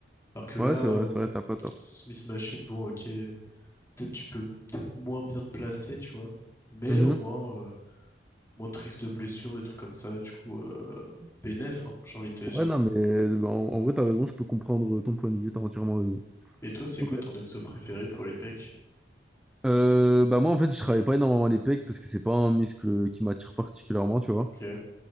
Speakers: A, on the left (about 15°); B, in the centre.
A: Alors que là,
B: Ouais, c'est vrai,
A: euh,
B: c'est vrai, t'as pas tort.
A: Smith Machine, bon, ok, peut-être tu peux peut-être moins bien te placer, tu vois, mais
B: Mhm.
A: au moins, euh, moins de risques de blessures, des trucs comme ça, du coup, euh, bénef, hein, j'ai envie de te dire.
B: Ouais, non, mais euh, bah, en, en vrai, t'as raison, je peux comprendre euh, ton point de vue, t'as entièrement raison.
A: Et toi, c'est
B: Ok.
A: quoi ton exo préféré pour les pecs?
B: Euh, bah moi, en fait, je travaille pas énormément les pecs parce que c'est pas un muscle qui m'attire particulièrement, tu vois.
A: Ok.